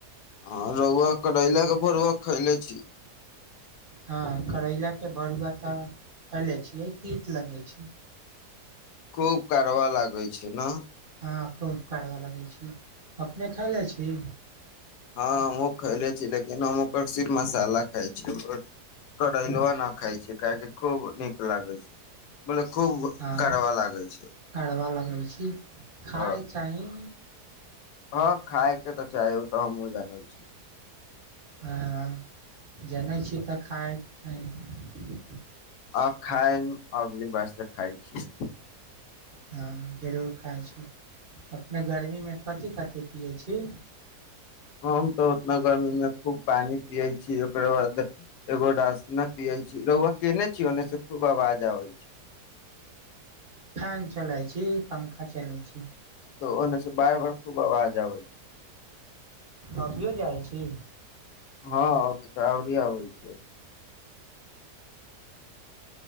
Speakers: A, on the left; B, on the right.
A: हँ, रौआ करैला के भरुआ खईले छी।
B: हँ, करैला के भरुआ तऽ खा ले छियै, तीत लगै छै।
A: खूब कारव लागै छै न।
B: हँ, खूब कड़वा लगै छी। अपने खयले छी।
A: हँ हमहू खइले छी लेकिन हम ओकर से मसाला खााय छै, करैलुआ न खााय छै काहके खूब नीक लागे छै। बोले खूब
B: हँ,
A: कारवा लागै छै
B: कडवा लगै छी, खााय
A: ह
B: चाही
A: हँ, खायके तऽ चाहओ तऽ हमहु जानल छी।
B: हँ, जनै छी तऽ खाइ चाही।
A: आ खाइ, अबकी बार सँ खाइ छी।
B: हँ, जरूर खाइ छी, अपने गर्मी मे कथिी कथेक पियै छी।
A: हम तऽ उतना गर्मीमे खूब पानि पियै छी, ओकररा बाद एगो रासना पियै छी, रौआ कयने छी ओन्नसँ खूब आवाज आबै छै।
B: फैन चलाय छी, पंखा चलाय छी।
A: त ओने से बार बार खूब आवाज जवई छी।
B: अभियो जाइ छी
A: <unintelligible>